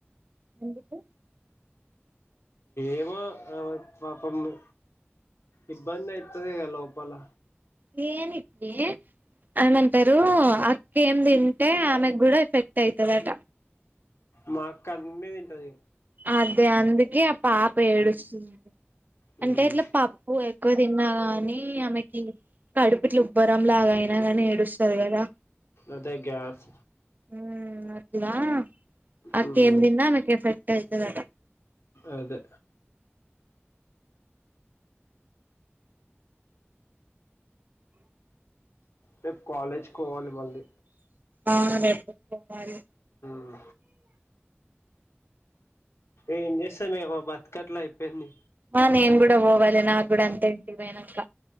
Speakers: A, on the right (about 45°); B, on the left (about 85°).
A: ఎందుకు
B: ఏమో ఆమెకు పాపము ఇబ్బంది అయితదిగ లోపల
A: దేనికే అయన అంటరు అక్క ఏం తింటే ఆమెకు గూడా ఎఫెక్ట్ అయ్యితదట
B: మా అక్క అని తింటది
A: అదే అందుకే ఆ పాప ఏడుస్తుంది
B: హ్మ్
A: అంటే ఇట్ల పప్పు ఎక్కువ తిన్నాగాని ఆమెకి కడుపు ఇట్ల ఉబ్బరంలాగా అయినా గానీ ఏడుస్తది కదా
B: అదే గ్యాస్
A: హా అట్లా అక్క
B: హ్మ్
A: ఏం తిన్న ఆమెకు ఎఫెక్ట్ అయితదట
B: అదే రేపు కాలేజ్కి పోవాలి మళ్ళీ
A: ఆ రేపు పోవాలి
B: మ్మ్ ఏం చేస్తామే బతుకట్లా అయిపోయింది
A: ఆ నేను కూడా పోవాలి నా కూడ అంతే ఇంటికి పోయినాక